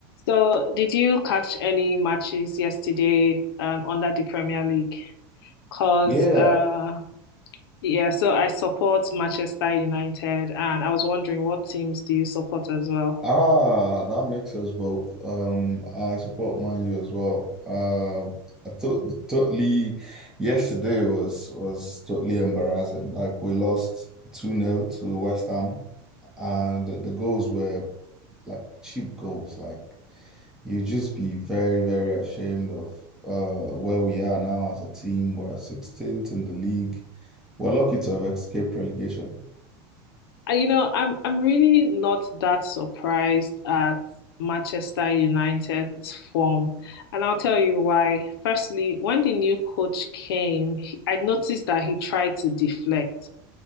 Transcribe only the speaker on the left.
So, did you catch any matches yesterday um, under the Premier League? Because,
uh, yeah, so I support Manchester United, and I was wondering what teams do you support as well?
Uh, you know, I'm I'm really not that surprised at Manchester United's form, and I'll tell you why. Firstly, when the new coach came, he, I noticed that he tried to deflect.